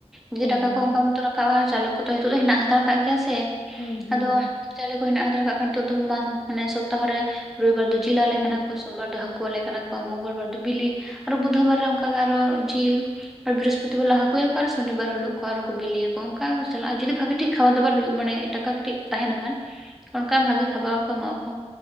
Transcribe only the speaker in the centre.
ᱡᱩᱫᱤ
ᱴᱟᱠᱟ
ᱠᱚ ᱚᱝᱠᱟ ᱩᱛᱩ ᱨᱟᱠᱟᱵᱼᱟ ᱪᱟᱣᱞᱮ ᱠᱚᱫᱚ ᱱᱤᱛᱚᱜ ᱫᱚ ᱦᱮᱸᱱᱟᱜ ᱦᱟᱛᱟᱲ ᱠᱟᱜ ᱜᱮᱭᱟ ᱥᱮ
ᱟᱫᱚ ᱪᱟᱣᱞᱮ ᱠᱚ ᱦᱮᱸᱱᱟᱜ ᱦᱟᱛᱟᱲ ᱠᱟᱜ ᱠᱷᱟᱱ ᱱᱤᱛᱚᱜ ᱫᱚ ᱢᱟ ᱢᱟᱱᱮ ᱥᱚᱯᱛᱟᱦᱚ ᱨᱮ ᱨᱚᱵᱤᱵᱟᱨ ᱫᱚ ᱡᱤᱞ ᱟᱞᱮ
ᱠᱟᱱᱟ ᱠᱚ ᱥᱳᱢᱵᱟᱨ ᱫᱚ ᱦᱟᱹᱠᱩ ᱟᱞᱮ ᱠᱟᱱᱟ ᱠᱚ ᱢᱚᱝᱜᱚᱞ ᱵᱟᱨ ᱫᱚ ᱵᱤᱞᱤ ᱟᱨᱚ ᱵᱩᱫᱷᱚ ᱵᱟᱨ ᱨᱮ ᱚᱱᱠᱟᱜᱮ ᱟᱨᱚ ᱡᱤᱞ ᱟᱨ ᱵᱤᱨᱚᱥᱯᱚᱛᱤ ᱵᱟᱨ ᱦᱟᱹᱠᱩᱭᱟᱠᱚ ᱟᱨ ᱥᱚᱱᱤᱵᱟᱨ ᱦᱤᱞᱳᱜ ᱟᱨᱚ ᱠᱚ ᱵᱤᱞᱤᱭᱟᱠᱚ, ᱚᱱᱠᱟ ᱜᱮ ᱪᱟᱞᱟᱜᱼᱟ ᱡᱩᱫᱤ ᱵᱷᱟᱜᱤ ᱴᱷᱤᱠ ᱠᱷᱟᱵᱟᱨ ᱫᱟᱵᱟᱨ ᱦᱩᱭᱩᱜ ᱢᱟᱱᱮ ᱴᱟᱠᱟ ᱠᱟᱹᱴᱤᱡ ᱛᱟᱦᱮᱸᱱ ᱠᱷᱟᱱ ᱚᱱᱠᱟ ᱵᱷᱟᱜᱤ ᱠᱷᱟᱵᱟᱨ ᱠᱚ ᱮᱢᱟᱜ ᱟᱠᱚ